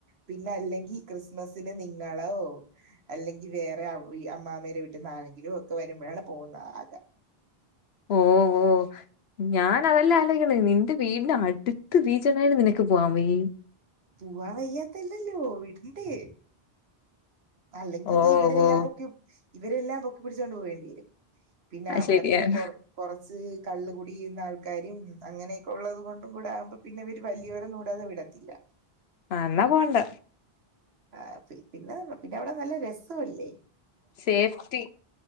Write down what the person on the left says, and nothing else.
ഓ ഓ ഞാൻ അതല്ല അലോയ്ക്ക്ണ് നിന്റെ വീടിന്റെ അട്ത്ത് ബീച്ചിണ്ടായിട്ട് നിനക്ക് പോവാ വയ്യെ
ഓ
ഓ
അത്
ശരിയാണ്
ആഹ് ന്നാ പോണ്ട
സേഫ്റ്റി